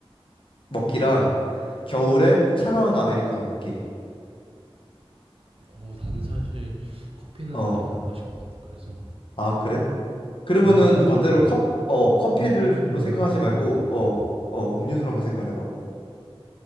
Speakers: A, on the left; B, on the right.
A: 먹기랑 겨울에 차가운 아메리카노 먹기.
B: 어, 나는 사실 커피는
A: 어,
B: 아예 안 마시거든. 그래서
A: 아, 그래? 그러면은
B: 음료수로
A: 반대로
B: 어,
A: 컵, 어, 커피로
B: 음료수로
A: 생각하지
B: 생각을
A: 말고,
B: 해볼게요.
A: 어,
B: 음.
A: 어, 음료수로 한번 생각을 해봐.